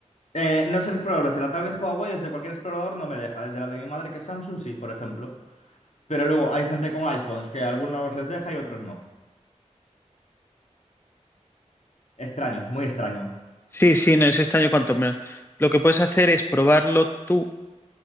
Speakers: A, on the left; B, on the left.
A: Eh, no es el explorador, desde la tablet Huawei, desde cualquier explorador no me deja, desde la de mi madre que es Samsung sí, por ejemplo. Pero luego hay gente con iPhones que a algunos les deja y otros no. Extraño, muy extraño.
B: Sí, sí, no es extraño cuanto menos. Lo que puedes hacer es probarlo tú